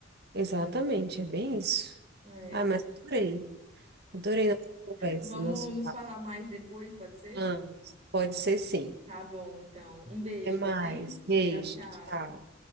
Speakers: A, on the right; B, on the right.
A: Exatamente, é bem isso.
B: É.
A: Ai, mas adorei. Adorei nossa conversa,
B: Vamos
A: nosso
B: nos
A: papo.
B: falar mais depois, pode ser?
A: Vamos. Pode ser sim.
B: Tá bom, então. Um beijo,
A: Até mais.
B: tá bem?
A: Beijo.
B: Tchau, tchau.
A: Tchau.